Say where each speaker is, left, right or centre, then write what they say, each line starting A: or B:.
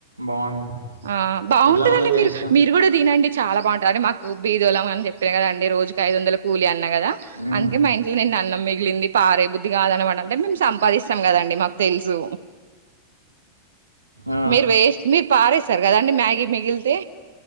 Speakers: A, on the right; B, on the right.
A: బాగుంది
B: ఆ బాగుంటదండి
A: ఎలా ఉంది టేస్ట్
B: మీరు మీరు కూడా తినండి చాలా బాగుంటంది అడి మాకు బీదోలం అని చెప్పాను కదం రోజకి ఐదు వందల కూలి అని కద
A: మ్మ్
B: అంటే మా ఇంట్లో నేను అన్నం మిగిలింది పారే బుద్ధి కాదనమాట అంటే మేము సంపాదిస్తాం కదండి మాకు తెలుసు
A: ఆ
B: మీరు వే మీరు పారేస్తారు కదండి మ్యాగీ మిగిలితే